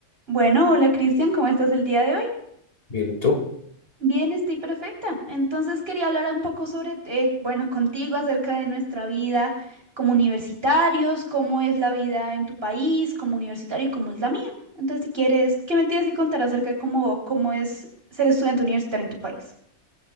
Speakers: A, on the right; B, on the left.
A: Bueno, hola Cristian, ¿cómo estás el día de hoy?
B: Bien, ¿y tú?
A: Bien, estoy perfecta. Entonces quería hablar un poco sobre, eh, bueno, contigo acerca de nuestra vida como universitarios, cómo es la vida en tu país como universitario y cómo es la mía. Entonces, si quieres, ¿qué me tienes que contar acerca de cómo, cómo es ser estudiante universitario en tu país?